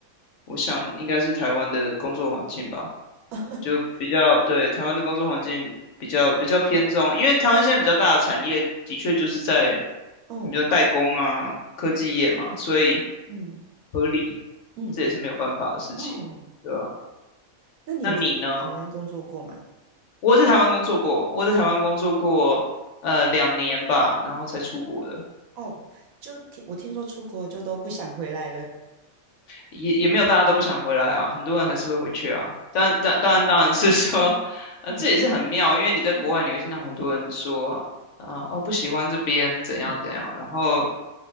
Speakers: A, on the left; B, on the right.
A: 我想应该是台湾的工作环境吧，
B: <laughs>
A: 就比较，对，台湾的工作环境比较比较偏重，因为台湾现在比较大的产业的确就是在
B: 哦，
A: 你比较代工啊、科技业嘛，所以
B: 嗯
A: 合理，
B: 嗯
A: 这也是没有办法的事情，
B: 嗯，哦，
A: 对吧？
B: 那你有在台湾工作过吗？
A: 那你呢？我在台湾工作过，我在台湾工作过呃两年吧，然后才出国的。
B: 哦，就听我听说出国就都不想回来了。
A: 也也没有大家都不想回来啊，很多人还是会回去啊。当当当然当然是说，呃，
B: 嗯
A: 这也是很妙，因为你在国外你会听到很多人说，
B: 嗯
A: 呃，哦不喜欢这边怎样怎样，
B: 嗯，
A: 然后